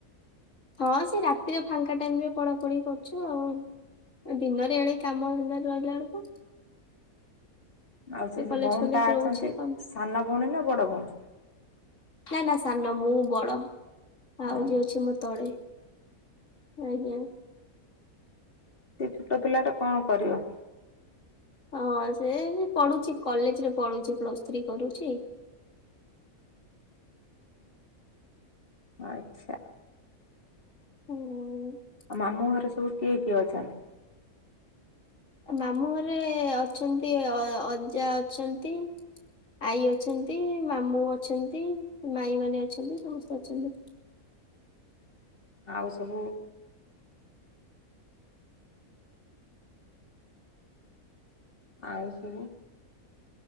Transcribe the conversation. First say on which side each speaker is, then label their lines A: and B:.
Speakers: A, on the left; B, on the left.
A: ହଁ ସେ ରାତିରେ ଫାଙ୍କା ଟାଇମରେ ପଢା ପଢି କରୁଛି ଆଉ। ଦିନରେ ଏଡେ କାମ ଧନ୍ଦା ରେ ରହିଲା ବେଳକୁ
B: ଆଉ ସେ ଯୋଉ
A: କଲେଜ
B: ଭଉଣୀଟା
A: ଫଲେଜ
B: ଅଛନ୍ତି
A: ରହୁଛି
B: ସାନ ଭଉଣୀ ନା ବଡ଼ ଭଉଣୀ?
A: ନା ନା ସାନ ମୁଁ ବଡ
B: ହଁ
A: ଆଉରି ଅଛି ମୋ ତଳେ। ଆଜ୍ଞା
B: ଏତେ ଛୋଟ ପିଲା ଟା କଣ କରିବ।
A: ହଁ ସେ ପଢୁଛି କଲେଜ ରେ ପଢୁଛି ପ୍ଲସ୍ ଥ୍ରୀ କରୁଛି।
B: ଆଚ୍ଛା
A: ହୁ <unintelligible>
B: ଆଉ ମାମୁଁ ଘରେ ସବୁ କିଏ କିଏ ଅଛନ୍ତି?
A: ମାମୁଁ ଘରେ ଅଛନ୍ତି ଅ ଅଜା ଅଛନ୍ତି। ଆଈ ଅଛନ୍ତି ମାମୁଁ ଅଛନ୍ତି ମାଇଁ ମାନ ଅଛନ୍ତି ସମସ୍ତେ ଅଛନ୍ତି।
B: ଆଉ ସବୁ ଆଉ ସବୁ